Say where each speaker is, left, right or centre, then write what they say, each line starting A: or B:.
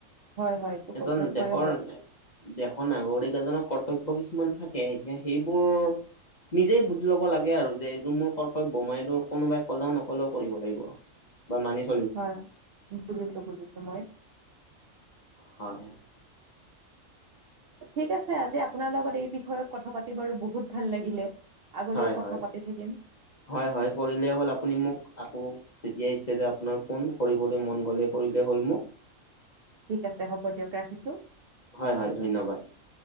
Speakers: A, on the right (about 65°); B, on the left (about 40°).
A: হয় হয়। এইটো
B: এজন
A: কৰ্তব্যই
B: দেশৰ
A: হয়
B: না দেশৰ নাগৰিক এজনৰ কৰ্তব্য কিছুমান থাকে এতিয়া সেইবোৰ নিজেই বুজি পাব লাগে আৰু যে এইটো মোৰ কৰ্তব্য মই এইটো কোনোবাই ক'লেও নকলেও কৰিব লাগিব। বা মানি চ
A: হয় বুজিছোঁ বুজিছোঁ মই।
B: হয়।
A: ঠিক আছে আজি আপোনাৰ লগত এই বিষয়ত কথা পাতি বাৰু বহুত ভাল লাগিলে। আগলৈও
B: হয়
A: কথা
B: হয়।
A: পাতি থাকিম।
B: হয় হয় কৰি়লে হ'ল আপুনি মোক আকৌ। যেতিয়া ইচ্ছা যায় আপোনাৰ ফোন কৰিবলে মন গ'লে কৰিলে হ'ল মোক।
A: ঠিক আছে হ'ব দিয়ক ৰাখিছো।
B: হয় হয় ধন্যবাদ।